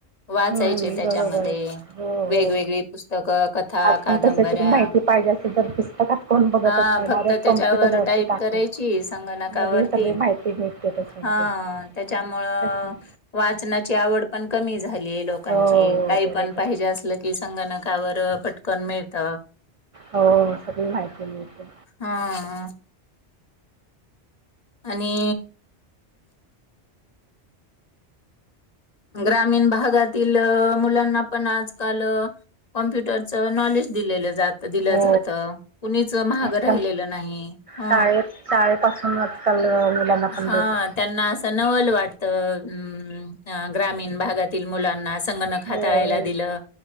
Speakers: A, on the left; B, on the right.
A: वाच
B: हम्म
A: चायचे त्याच्यामध्ये
B: बरोबर आहे हो हो.
A: वेगवेगळी पुस्तकं कथा,
B: आज
A: कादंबऱ्या
B: पण कशाची पण माहिती पाहिजे असेल तर पुस्तकात कोण बघतच
A: हा
B: नाही
A: फक्त
B: डायरेक्ट
A: त्याच्यावर
B: कम्प्युटरवरती
A: टाईप
B: टाकून
A: करायची संगणकावरती
B: लगेच सगळी माहिती भेटते त्याच्यामध्ये.
A: हा
B: हम्म
A: त्याच्यामुळ
B: तेच ना.
A: वाचनाची आवड पण कमी झाली. लई लोकांची
B: हो
A: काही
B: बरोबर.
A: पण पाहिजे असल की संगणकावर अ पटकन मिळत
B: हो अ सगळी माहिती मिळते.
A: हा आणि ग्रामीण भागातील अ मुलांना पण आजकाल अ कॉम्प्युटरचं नॉलेज दिलेलं जात त दिलं
B: हो
A: जातं अ कुणीच म्हागं
B: आजकाल
A: राहिलेलं नाही ह
B: शाळेत शाळेपासून आजकाल मुलांना पण
A: हा
B: देत
A: अ त्यांना असं नवल वाटत त अ म ग्रामीण भागातील मुलांना संगणक हाताळायला
B: हो हो
A: दिलं